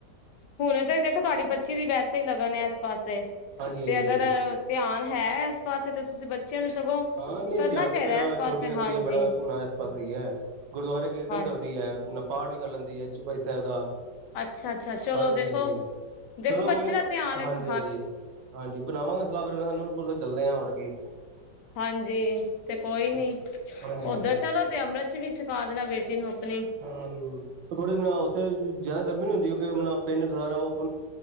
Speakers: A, on the left (about 75°); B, on the right (about 80°).
A: ਹੁਣ ਤੇ ਦੇਖੋ ਤੁਹਾਡੀ ਬੱਚੀ ਦੀ ਵੈਸੇ ਹੀ ਲੱਗਨ ਇਸ ਪਾਸੇ,
B: ਹਾਂਜੀ ਹਾਂਜੀ
A: ਤੇ ਅਗਰ
B: ਹਾਂਜੀ
A: ਧਿਆਨ ਹੈ ਇਸ ਪਾਸੇ ਤੇ ਤੁਸੀਂ ਬੱਚਿਆਂ ਨੂੰ
B: ਹਾਂ ਨਹੀਂ
A: ਕਰਨਾ
B: ਧਿਆਨ ਤੇ
A: ਚਾਹੀਦਾ
B: ਮੇਰਾ
A: ਇਸ ਪਾਸੇ
B: ਛੋਟੀ ਦਾ ਕੁੜੀ
A: ਹਾਂਜੀ
B: ਬੜਾ ਨਾ, ਇਸ ਪਾਸੇ ਹੀ ਹੈ। ਗੁਰਦੁਆਰੇ ਕੀਰਤਨ
A: ਹਾਂਜੀ
B: ਕਰਦੀ ਹੈ, ਪਾਠ ਵੀ ਕਰ ਲੈਂਦੀ ਹੈ ਚੋਪਈ ਸਾਹਿਬ ਦਾ।
A: ਅੱਛਾ ਅੱਛਾ ਚਲੋ
B: ਹਾਂਜੀ
A: ਦੇਖੋ
B: ਹਾਂਜੀ,
A: ਦੇਖੋ
B: ਚਲੋ ਕੋਈ
A: ਬੱਚੇ
B: ਨੀ,
A: ਦਾ ਧਿਆਨ ਦੇਖੋ
B: ਹਾਂਜੀ ਹਾਂਜੀ ਹਾਂਜੀ ਬਣਾਵਾਂਗੇ ਸਲਾਹ, ਫੇਰ ਅਨੰਦਪੁਰ ਤੋਂ ਚੱਲਦੇ ਹਾਂ, ਹੋਰ ਕੀ।
A: ਹਾਂਜੀ ਤੇ ਕੋਈ ਨੀ,
B: ਹਾਂਜੀ ਹਾਂਜੀ
A: ਉੱਧਰ ਚਲੋ ਤੇ ਅੰਮ੍ਰਿਤ ਵੀ ਛਕਾ ਦੇਣਾ ਬੇਟੀ ਨੂੰ ਆਪਣੀ।
B: ਹਾਂ ਥੋੜੀ ਮ ਉੱਥੇ ਜ਼ਿਆਦਾ ਗਰਮੀ ਨੀ ਹੁੰਦੀ, ਕਿਉਂਕਿ ਪਿੰਡ ਸਾਰਾ ਉਹ <inaudible>